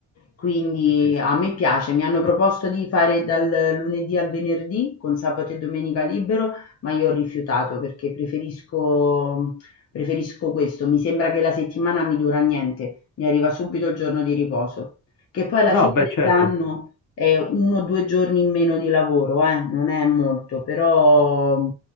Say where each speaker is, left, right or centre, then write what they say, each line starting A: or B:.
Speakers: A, on the left; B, on the left.
A: Quindi
B: E questo-
A: a me piace, mi hanno proposto di fare dal lunedì al venerdì con sabato e domenica libero, ma io ho rifiutato perché preferisco, preferisco questo. Mi sembra che la settimana mi dura niente, mi arriva subito il giorno di riposo, che poi alla
B: No,
A: fine
B: beh, certo.
A: dell'anno è uno o due giorni in meno di lavoro, eh, non è molto, però